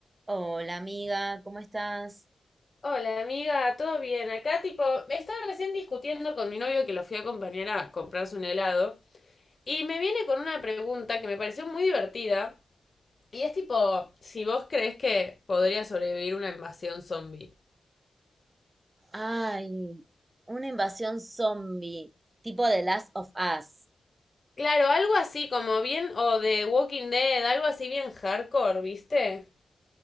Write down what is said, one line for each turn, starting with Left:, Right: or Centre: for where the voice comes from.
Right: Hola amiga, ¿cómo estás?
Left: Hola amiga, ¿todo bien? Acá tipo, me estaba recién discutiendo con mi novio que lo fui a acompañar a comprarse un helado y me viene con una pregunta que me pareció muy divertida y es tipo, si vos crees que podría sobrevivir una invasión zombie.
Right: Ay, una invasión zombie, tipo The Last of Us.
Left: Claro, algo así como bien o de Walking Dead, algo así bien hardcore, ¿viste?